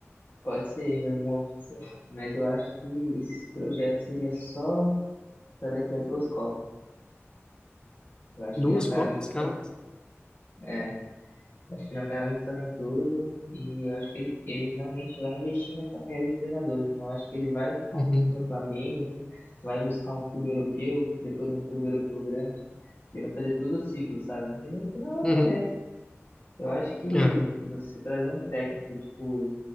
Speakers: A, on the left; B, on the left.
A: pode ser em algum momento, sim. Mas eu acho que esse projeto seria só para daqui a duas Copas. Eu acho
B: Duas
A: que ele é um cara
B: Copas,
A: muito,
B: caraca.
A: ta- é, acho que ele é um cara muito talentoso e eu acho que ele, ele realmente vai investir nessa carreira de treinador. Então eu acho que ele vai ficar
B: Uhum,
A: um tempo no Flamengo vai buscar um clube europeu, depois um clube europeu grande. Ele vai fazer todo o ciclo, sabe? E no final é
B: uhum,
A: o correto. Eu acho que
B: é,
A: você trazer um técnico tipo o